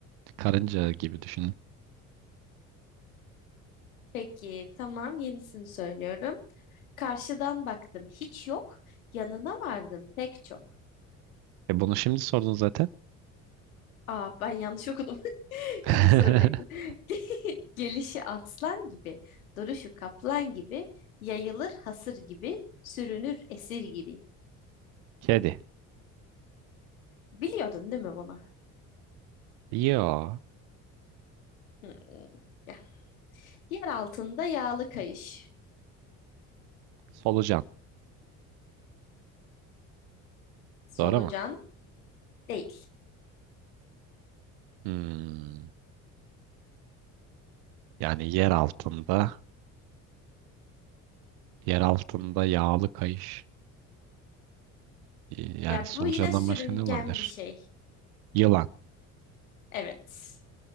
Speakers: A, on the right; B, on the left.
A: karınca gibi düşünün.
B: Peki tamam yenisini söylüyorum. Karşıdan baktım hiç yok. Yanına vardım pek çok.
A: E bunu şimdi sordun zaten.
B: Aa ben yanlış okudum. <laughs>
A: <laughs>
B: Şunu soracaktım. <laughs> Gelişi aslan gibi, duruşu kaplan gibi, yayılır hasır gibi, sürünür esir gibi.
A: Kedi.
B: Biliyordun değil mi bunu?
A: Yo.
B: Hmm. Ya, Yer altında yağlı kayış.
A: Solucan.
B: Solucan
A: Doğru mu?
B: değil.
A: Hmm. Yani yer altında, yer altında yağlı kayış. E, Yani
B: Ya
A: solucandan
B: bu yine sürüngen
A: başka ne olabilir?
B: bir şey.
A: Yılan.
B: Evet.